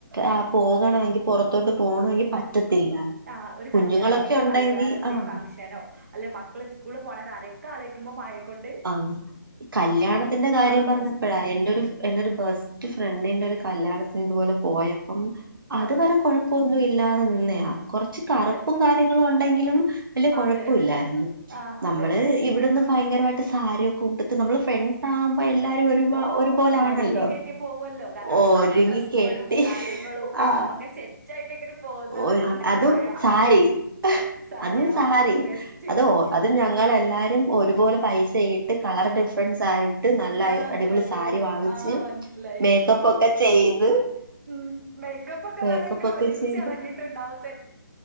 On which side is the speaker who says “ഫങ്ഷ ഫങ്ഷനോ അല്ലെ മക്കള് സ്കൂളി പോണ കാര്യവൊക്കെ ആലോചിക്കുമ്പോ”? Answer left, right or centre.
Right